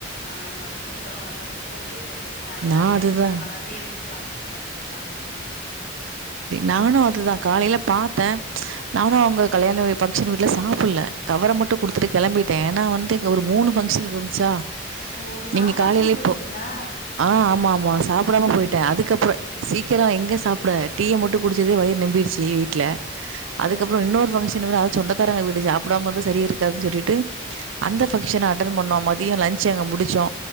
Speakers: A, on the left; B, on the right.
A: ஆ அதுக்கப்றோ வர்றதுக்கு தா லேட் ஆயிடுச்சுங்க அதனால
B: நான் அதுதான்
A: இவங்க பழசையே வச்சு சாப்டுக்காட்டு சாப்டுட்டாங்க
B: நானு அது தா காலையில பாத்த நானு அவுங்க கல்யாண வீ பங்கஷன் வீட்ல சாப்ல கவர மட்டு குடுத்துட்டு கிளம்பிட்டே ஏனா வந்து ஒரு மூணு பங்க்ஷன் இருந்துச்சா
A: ஓ சாப்டாமலே
B: நீங்க காலையிலே
A: போயிட்டீங்களா
B: போ ஆ ஆமா ஆமா சாப் டாம போயிட்டே அதுக்கப்புற சீக்கிர எங்க சாப்ட டீய மட்டு குடிச்சதே வயிறு நெம்பிடுச்சு வீட்ல
A: ஓ
B: அதுக்கப்புற இன்னொரு பங்க்ஷன் விட அ சொந்தக்காரக வீடு சாப்பிடாம வந்தா சரி இருக்காதுனு சொல்லிட்டு அந்த
A: செரி
B: பங்ஷன
A: செரிங்க
B: அட்டன் பண்னோ மா தியோ லன்ச் அங்க முடிச்சோ